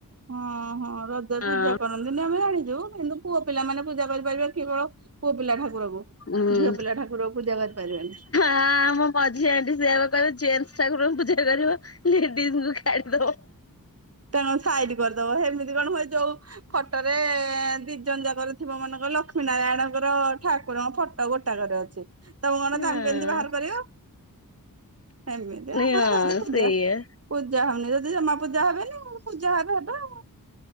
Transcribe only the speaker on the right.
ହଁ ହଁ, ର
ପୂଜା କରନ୍ତିନି ଆମେ ଜାଣିଛୁ କିନ୍ତୁ ପୁଅ ପିଲା ମାନେ ପୂଜା କରିପାରିବା କିବଳ ପୁଅ ପିଲା ଠାକୁରକୁ।
ଝିଅ ପିଲା ଠାକୁରକୁ ପୁଜା ପାରିବେନି।
ତ କଣ ସାଇଡ କରିଦବ ହେମିତି କଣ ହୁଏ? ଯୋଉ ଫଟୋରେ ଦିଜନ ଜାକର ଥିବ ମାନଙ୍କ ଲ କ୍ଷ୍ମୀ ନାରାୟଣଙ୍କର ଠାକୁରଙ୍କ ଫଟୋ ଗୋଟାକରେ ଅଛି। ତମୁକୁ କଣ
ତାଙ୍କୁ କେମିତି ବାହାର କରିବ? ଏମିତି ଆପଣ
ଯଦି ପୂଜା
ପୂଜା ହଉନି ଯଦି ଜମା ପୂଜା ହେବେନି। ପୂଜା ହେବେ ହେବେ ଆଉ।